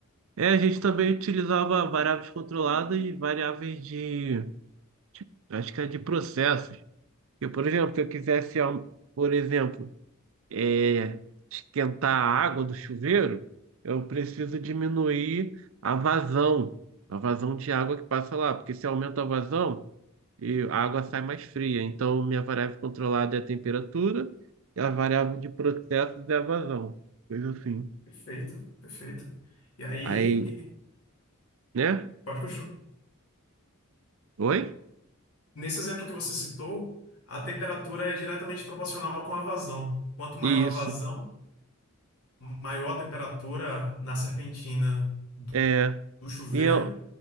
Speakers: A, on the right (about 65°); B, on the left (about 80°).
A: É, a gente também utilizava variáveis controladas e variáveis de, acho que é de processos. Porque, por exemplo, se eu quisesse, au- por exemplo, é, esquentar a água do chuveiro, eu preciso diminuir a vazão, a vazão de água que passa lá, porque se aumenta a vazão, e a água sai mais fria. Então, minha variável controlada é a temperatura e a variável de processos é a vazão, coisa assim.
B: Perfeito, perfeito. E aí,
A: Aí, né?
B: pode continuar.
A: Oi?
B: Nesse exemplo que você citou, a temperatura é diretamente proporcional com a vazão. Quanto maior
A: Isso.
B: a vazão, maior a temperatura na serpentina
A: É,
B: do chuveiro,
A: e é,